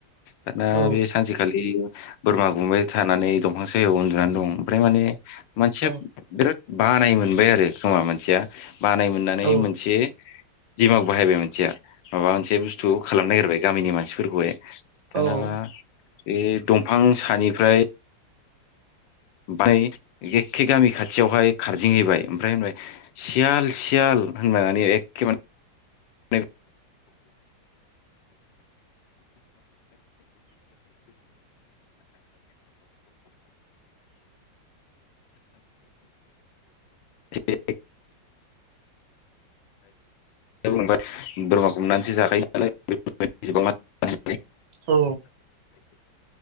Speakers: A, on the left; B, on the right.
A: दाना
B: औ
A: बे सानसेखालि बोरमा गुमबाय थानानै दंफां सायायाव दं ओमफ्राय माने मानसिया
B: औ
A: बिराद बानाय मोनबाय आरो खोमा मानसिया बानाय मोननानै
B: औ
A: मोनसे दिमाग बाहायबाय मानसिया माबा मोनसे बुस्थु खालामनो नागिरबाय गामिनि मानसिफोरखौहाय दानाबा
B: औ
A: बे दंफां सानिफ्राय बै एखखे गामि खाथियावहाय खारदिंहैबाय ओमफ्राय होनबाय सियाल सियाल होनबाय माने ए एखखेमाने ए बुंबाय बोरमा गुमनानैसो जाखायो नालाय बेफोरबादि
B: औ।